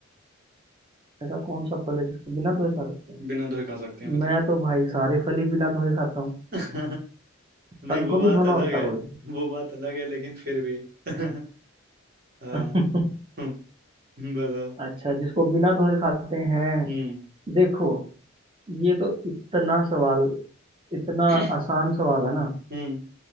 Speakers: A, on the right (about 25°); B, on the right (about 45°).
A: ऐसा कौन सा फल है जिसको बिना धोए खा सकते
B: बिना धोए खा
A: हैं
B: सकते हैं बताओ
A: मैं तो भाई सारे फल ही बिना धोए खाता हूँ
B: <laughs> नहीं
A: फल
B: वो
A: को भी
B: बात
A: धोना
B: अलग
A: होता
B: है
A: है
B: वो बात अलग है लेकिन फिर भी <laughs> हाँ
A: कोई
B: हम्म, हम्म, बताओ
A: <laughs> अच्छा जिसको बिना धोए खाते हैं
B: हम्म
A: देखो ये तो इतना सवाल इतना
B: <clears throat>
A: आसान सवाल है ना
B: हम्म